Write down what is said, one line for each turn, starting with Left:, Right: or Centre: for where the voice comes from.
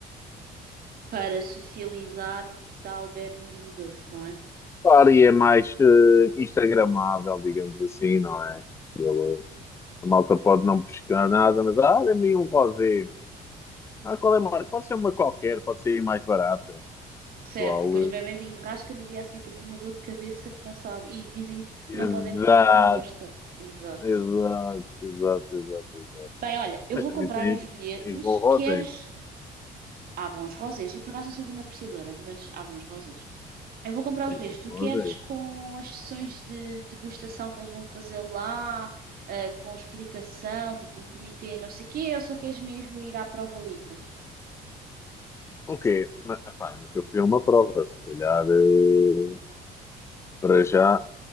Right: para socializar, tal, bebe um vinho doce, não é?
Left: Claro, e é mais eh, instagramável, digamos assim, não é? Aquilo, a malta pode não pescar nada, mas ah, dê-me aí um rosé. Ah, qual é a marca? Pode ser uma qualquer, pode ser mais barata. Pessoal,
Right: Certo, e depois bebem
Left: eh,
Right: vinho rasca no dia a seguir estou com uma dor de cabeça que não sabe e dizem
Left: exato,
Right: que não podem beber vinho que não gosta. Exato.
Left: exato, exato, exato, exato.
Right: Bem, olha, eu
Left: Mas
Right: vou
Left: também
Right: comprar
Left: tens,
Right: os bilhetes.
Left: tens bom rosé,
Right: Queres? Há bons rosés. Eu por acaso não sou grande apreciadora, mas há bons rosés. Eu vou comprar
Left: tens
Right: os bilhetes.
Left: bom
Right: Tu
Left: rosés.
Right: queres com as sessões de degustação que eles vão fazer lá, ah, com explicação, tipo um comitê, não sei o quê, ou só queres mesmo ir à prova livre?
Left: O quê? Mas, epá, nunca fui a uma prova, se calhar, eh, para já.